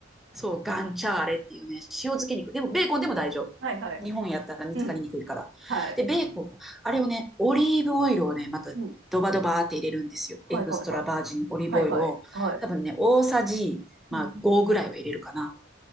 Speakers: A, in the centre; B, on the right (about 85°).
A: そう、ガンチャーレっていうね、塩漬け肉。でも、ベーコンでも大丈夫。
B: はいはいはい。
A: 日本やったら見つかりにくいから。
B: うん。はい。
A: で、ベーコン、あれをね、オリーブオイルをね、またドバドバーって入れるんですよ。
B: うん。はいはいはい。
A: エクストラバージンオリーブオイルを。
B: はいはいはい。
A: 多分ね、大さじ、まあ、
B: うん。
A: 5ぐらいは入れるかな。